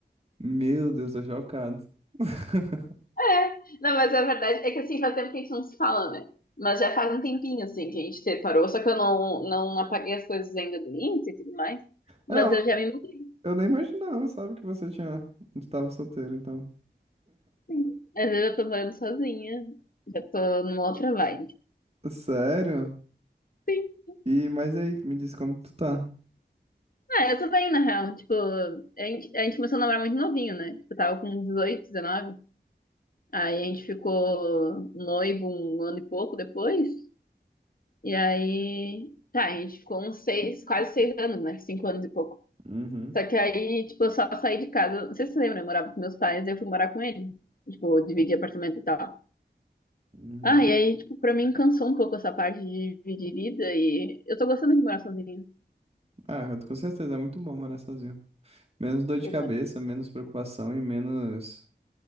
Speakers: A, on the right; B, on the left.
A: Meu Deus, tô chocado. <laughs>
B: É, não, mas a verdade é que assim, faz tempo que a gente não se fala, né? Mas já faz um tempinho, assim, que a gente separou, só que eu não, não apaguei as coisas ainda do Insta e tudo mais. Mas
A: É, eu
B: eu já me mudei.
A: Eu nem imaginava, sabe, que você tinha. Tu tava solteiro, então.
B: Sim. Às vezes eu tô morando sozinha, já tô numa outra vibe.
A: Sério?
B: Sim.
A: E, mas aí, me diz como tu tá.
B: Ah, eu tô bem, na real. Tipo, a gente, a gente começou a namorar muito novinho, né? Tipo, eu tava com 18, 19. Aí a gente ficou noivo um ano e pouco depois. E aí, tá, a gente ficou uns seis, quase seis anos, né? Cinco anos e pouco.
A: Uhum,
B: Só que aí, tipo, eu só saí de casa. Não sei se você lembra, eu morava com meus pais, e eu fui morar com ele. Tipo, dividir apartamento e tal.
A: uhum.
B: Ah, e aí, tipo, pra mim cansou um pouco essa parte de dividir vida e eu tô gostando de morar sozinha.
A: Ah, eu- com certeza, é muito bom morar sozinho. Menos dor de
B: Pois
A: cabeça,
B: é. Sei
A: menos preocupação e menos